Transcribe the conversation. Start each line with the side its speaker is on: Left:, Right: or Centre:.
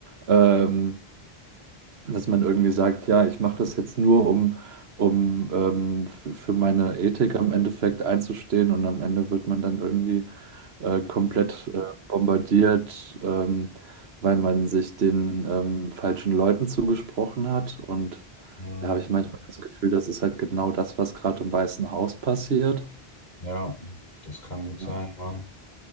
Right: ähm, dass man irgendwie sagt, ja, ich mache das jetzt nur, um, um ähm, f- für meine Ethik am Endeffekt einzustehen und am Ende wird man dann irgendwie äh, komplett
Left: hm,
Right: äh, bombardiert, ähm, weil man sich den ähm, falschen Leuten zugesprochen hat. Und
Left: hm,
Right: da habe ich manchmal das Gefühl, das ist halt genau das, was gerade im Weißen Haus passiert.
Left: ja, das kann gut sein,
Right: Ja,
Left: ja.